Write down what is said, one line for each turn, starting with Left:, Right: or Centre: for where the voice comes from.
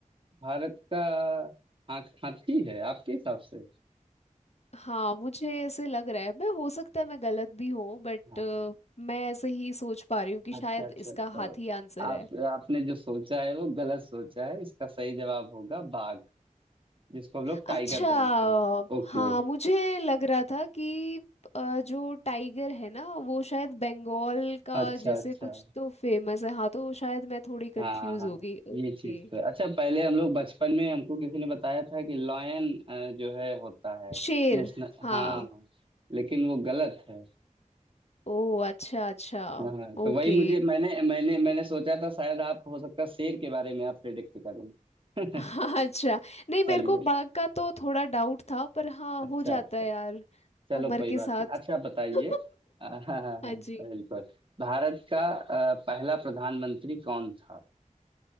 Right: भारत का हाँ हाथी है आपके हिसाब से
Left: हाँ मुझे ऐसे लग रहा है मैं हो सकता है मैं गलत भी हूँ बट
Right: हाँ
Left: मैं ऐसे ही सोच पा रही हूँ कि
Right: अच्छा
Left: शायद
Right: अच्छा
Left: इसका
Right: तो
Left: हाथ ही आंसर
Right: आप
Left: है
Right: आपने जो सोचा है वो गलत सोचा है इसका सही जवाब होगा बाघ जिसको हम लोग
Left: अच्छा
Right: टाइगर बोलते हैं ओके
Left: हाँ मुझे लग रहा था कि अ, जो टाइगर है ना वो शायद बंगाल का
Right: अच्छा
Left: जैसे
Right: अच्छा
Left: कुछ तो फेमस है हाँ तो शायद मैं थोड़ी कंफ्यूज
Right: हाँ हाँ हाँ,
Left: हो गई
Right: ये
Left: ओके
Right: चीज तो है। अच्छा पहले हम लोग बचपन में हमको किसी ने बताया था कि लॉयन जो है होता है
Left: शेर
Right: नेशनल
Left: हाँ
Right: हाँ हाँ, लेकिन वो गलत है
Left: ओ अच्छा अच्छा
Right: हाँ हाँ। तो
Left: ओके
Right: वही मुझे मैंने मैंने मैंने सोचा था शायद आप हो सकता है शेर के बारे में आप प्रेडिक्ट करें
Left: <laughs> हाँ,
Right: <laughs>
Left: अच्छा नहीं मेरे
Right: चलिए
Left: को बाघ का तो थोड़ा डाउट था पर हाँ
Right: अच्छा
Left: हो जाता
Right: अच्छा
Left: है यार
Right: चलो
Left: उम्र
Right: कोई
Left: के
Right: बात
Left: साथ
Right: नहीं अच्छा बताइए
Left: <laughs>
Right: अ, हाँ हाँ हाँ
Left: हाँ जी
Right: बिल्कुल भारत का अ, पहला प्रधानमंत्री कौन था